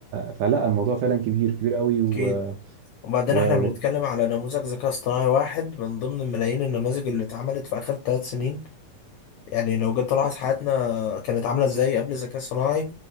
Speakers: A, on the right; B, on the left.
A: فلا الموضوع فعلا كبير كبير قوي و,
B: اكيد وبعدين
A: و...
B: احنا بنتكلم على نموذج ذكاء اصطناعي واحد من ضمن ملايين النماذج اللي اتعملت في اخر ثلاث سنين يعني لو جيت تلاحظ حياتنا كانت عاملة ازاي قبل الذكاء الصناعي